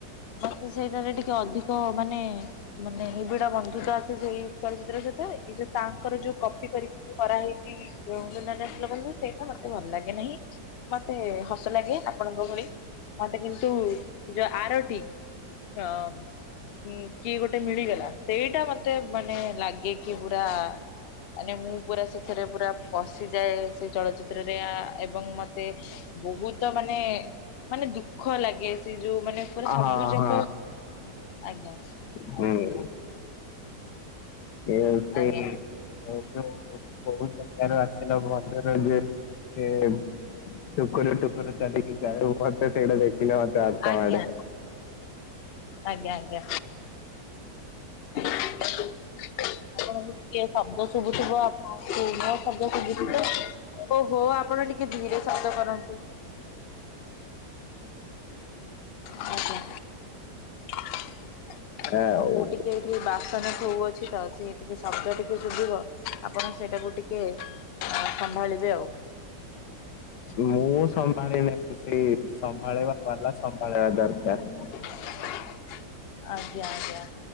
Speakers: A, on the left (about 60°); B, on the left (about 80°).
A: ମତେ ସେଇଟାରେ ଟିକେ ଅଧିକ ମାନେ ମାନେ ନିବିଡ ବନ୍ଧୁତା ଆଛି ସେଇ ଚଳ ଚିତ୍ର ସହିତ ଏ ଯୋଉ ତାଙ୍କର ଯୋଉ କପି କରିକି ଯୋଉ କରାହେଇଚି କେଉଁ ଦୁନିଆରୁ ଆସିଲ ବନ୍ଧୁ ସେଇଟା ମତେ ଭଲ ଲାଗେ ନେହିଁ। ମତେ ହସ ଲାଗେ ଆପଣଙ୍କ ଭଳି ମତେ କିନ୍ତୁ ଯୋଉ ଆରଟି ର ହୁଁ କିଏ ଗୋଟେ ମିଳିଗଲା ସେଇଟା ମତେ ମାନେ ଲା ଗେ କି ପୁରା ମାନେ ମୁଁ ପୁରା ସେଥିରେ ପୁରା ପଶିଯାଏ ସେ ଚଳଚିତ୍ର ରେ ଆ ଏବଂ ମତେ ବୋହୁତ ମାନେ ମାନେ ଦୁଃଖ ଲାଗେ ସେ ଯୋଉ ମାନେ ପୁରା
B: ଆ
A: ସବୁ
B: ହ
A: ଯାକ
B: ହଁ
A: ଆଜ୍ଞା
B: ହୁଁ। <inaudible> ଇଏ ସେଇ
A: ଆଜ୍ଞା
B: ଯୋଉ କୋଉ ଦୁନିଆଁରୁ ଆସିଲ ବନ୍ଧୁ ରେ ଯେ ସେ ଟୁକୁରୁ ଟୁକୁରୁ ଚାଲିକି ଯାଏ। ମତେ ସେଇଟା ଦେଖିଲେ ମତେ ହସ ହସମାଡେ।
A: ଆଜ୍ଞା ଆଜ୍ଞା ଆଜ୍ଞା। ଆପଣଙ୍କୁ ଟିକେ ଶବ୍ଦ ଶୁବୁଥିବ ଆପଣଙ୍କୁ ମୋ ଶବ୍ଦ ଶୁବୁଚିତ ଓହୋ ଆ ଆପଣ ଟିକେ ଧୀରେ ଶବ୍ଦ କରନ୍ତୁ। ଆଜ୍ଞା ଆଉ
B: ଆଉ
A: ମୁଁ ଟିକେ ବାସନ ଧୋଉ ଅଛି ତ ସିଏ ଟିକେ ଶବ୍ଦ ଟିକେ ଶୁବିବ ଆପଣ ସେଇଟାକୁ ଟିକେ ହଁ ସମ୍ଭାଳିବେ ଆଉ।
B: ମୁଁ ସମ୍ଭାଳି ନେବି ସେଇ ସମ୍ଭାଳିବା ବାଲା ସମ୍ଭାଳିବା ଦରକାର।
A: <inaudible> ଆଜ୍ଞା ଆଜ୍ଞା